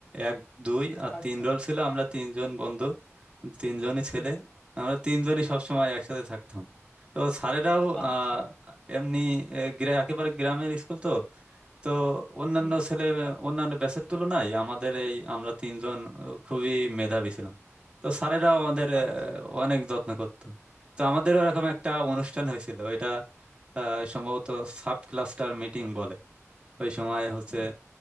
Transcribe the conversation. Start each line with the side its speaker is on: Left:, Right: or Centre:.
Right: এক দুই আর
Left: আচ্ছা
Right: তিন রোল ছিল আমরা তিনজন বন্ধু তিনজনই ছেলে
Left: হুম হুম
Right: আমরা তিনজনই সবসময় একসাথে থাকতাম তো স্যারেরাও
Left: আচ্ছা
Right: আহ, এমনি আহ, গ্রা- একেবারে গ্রামের স্কুল তো তো অন্যান্য
Left: হুম
Right: ছেলে অন্যান্য ব্যাচের তুলনায় আমাদের এই আমরা তিনজন আহ, খুবই মেধাবী ছিলাম তো স্যারেরাও আমাদের আহ,
Left: আচ্ছা
Right: অনেক যত্ন করতো তো আমাদের ওরকম একটা অনুষ্ঠান হয়েছিল এটা আহ, সম্ভবত সাব ক্লাস্টার মিটিং বলে ওই সময় হচ্ছে
Left: হুম